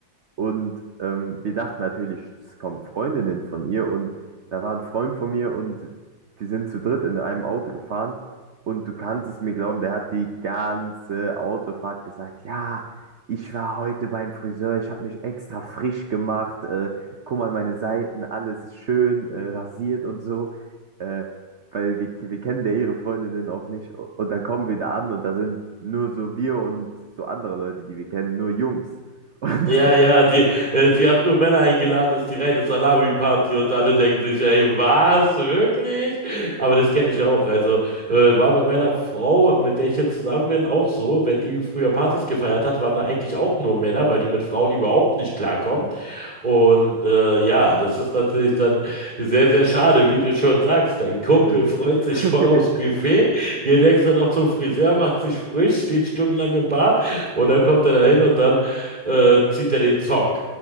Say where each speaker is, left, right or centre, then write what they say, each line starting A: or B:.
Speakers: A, on the right; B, on the right.
A: Und ähm, wir dachten natürlich, es kommen Freundinnen von ihr und da war ein Freund von mir und wir sind zu dritt in einem Auto gefahren und du kannst es mir glauben, der hat die ganze Autofahrt gesagt, ja, ich war heute beim Friseur, ich habe mich extra frisch gemacht, äh, guck mal meine Seiten, alles ist schön, äh, rasiert und so, äh, weil wir, wir kennen ja ihre Freundinnen auch nicht und dann kommen wir da an und da sind nur so wir und so andere Leute, die wir kennen, nur Jungs. <laughs> Und
B: Ja, ja, die, äh, sie hat nur Männer eingeladen, das ist die reine Salami-Party
A: Mhm.
B: und alle denken sich, ey, was, wirklich? Aber das kenne ich auch. Also äh, war bei meiner Frau, mit der ich jetzt zusammen bin, auch so. Wenn die früher Partys gefeiert hat, waren da eigentlich auch nur Männer, weil die mit Frauen überhaupt nicht klarkommt. Und äh, ja, das ist natürlich dann sehr, sehr schade, wie du schon sagst. Dein Kumpel
A: Mhm.
B: freut sich
A: <laughs>
B: voll aufs Buffet, geht extra noch zum Friseur, macht sich frisch, steht stundenlang im Bad und dann kommt er da hin und dann äh, zieht er den Zong